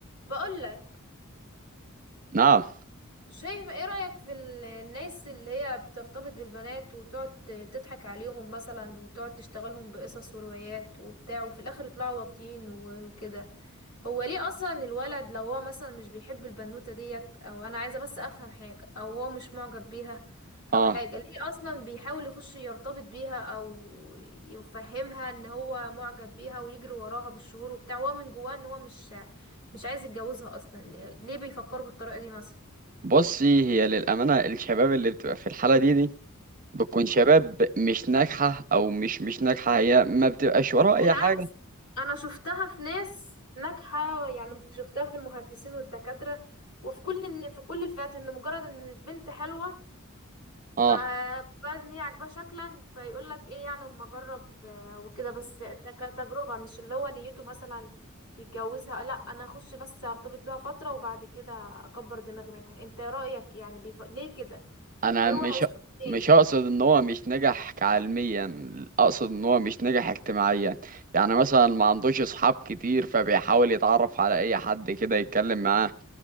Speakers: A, on the left (about 85°); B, on the right (about 40°).
A: بقولك
B: نعم
A: شايف ايه رأيك في ال- الناس اللي هي بترتبط بالبنات وتقعد ت- تضحك عليهم مثلا وتقعد تشتغلهم بقصص وروايات وبتاع وفي الاخر يطلعوا واطيين و- وكده هو ليه اصلا الولد لو هو مثلا مش بيحب البنوتة ديت او انا عايزة بس افهم حاجة او هو مش معجب بيها
B: اه
A: او حاجة ليه اصلا بيحاول يخش يرتبط بيها او يفهمها ان هو معجب بيها ويجري وراها بالشهور وبتاع وهو من جواه ان هو مش مش عايز يتجوزها اصلا ليه ليه بيفكروا بالطريقة دي مثلا
B: بصي هي للأمانة الشباب اللي بتبقى في الحالة دي دي بتكون شباب مش ناجحة أو مش مش ناجحة هي ما بتبقاش وراه
A: بالعكس
B: أي حاجة
A: انا شفتها في ناس ناجحه يعني شفتها في المهندسين والدكاتره وفي كل إن في كل الفئات ان مجرد ان البنت حلوه
B: اه
A: فمجرد ان هي عاجباه شكلا فيقول لك ايه يعني اما اجرب آه، وكده بس ده كتجربه مش اللي هو نيته مثلا يتجوزها لا انا اخش بس ارتبط بيها فتره وبعد كده اكبر دماغي منها انت رايك يعني بيف... ليه كده
B: أنا
A: هو
B: مش
A: هيستفيد إيه؟
B: مش أقصد إن هو مش ناجح علميا أقصد إن هو مش ناجح اجتماعيا يعني مثلا ما عندوش أصحاب كتير فبيحاول يتعرف على أي حد كده يتكلم معاه